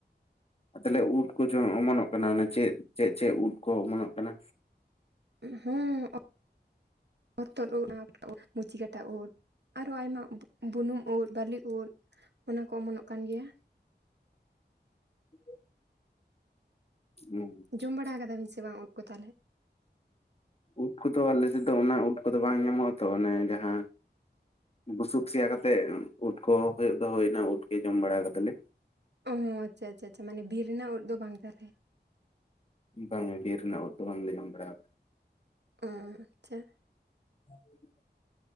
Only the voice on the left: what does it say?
ᱛᱟᱦᱚᱞᱮ ᱩᱫ ᱠᱚ ᱚᱢᱚᱱᱚᱜ ᱠᱟᱱᱟ ᱢᱟᱱᱮ ᱪᱮᱫ ᱪᱮᱫ ᱪᱮᱫ ᱩᱫ ᱠᱚ ᱚᱢᱚᱱᱚᱜ ᱠᱟᱱᱟ?
<inaudible> ᱟᱪᱪᱷᱟ
ᱟᱪᱪᱷᱟ,
ᱳᱫ ᱠᱚᱫᱚ ᱟᱞᱮ ᱥᱮᱫ ᱚᱱᱟ ᱳᱫ ᱠᱚᱫᱚ ᱵᱟᱝ ᱧᱟᱢᱚᱜᱼᱟ ᱛᱚ ᱚᱱᱮ ᱡᱟᱦᱟᱸ ᱵᱩᱥᱩᱵ ᱥᱮᱭᱟ ᱠᱟᱛᱮᱜ ᱳᱫ ᱠᱚ ᱦᱩᱭᱩᱜ ᱫᱚ ᱦᱳᱭ ᱚᱱᱟ ᱳᱫ ᱜᱮ ᱡᱚᱢ ᱵᱟᱲᱟ ᱠᱟᱫᱟ ᱞᱤᱧ ᱾
ᱵᱟᱝ ᱵᱤᱨ ᱨᱮᱱᱟᱜ ᱳᱫ ᱫᱚ ᱵᱟᱝᱞᱮ ᱧᱟᱢ ᱵᱟᱲᱟ ᱾
ᱦᱮ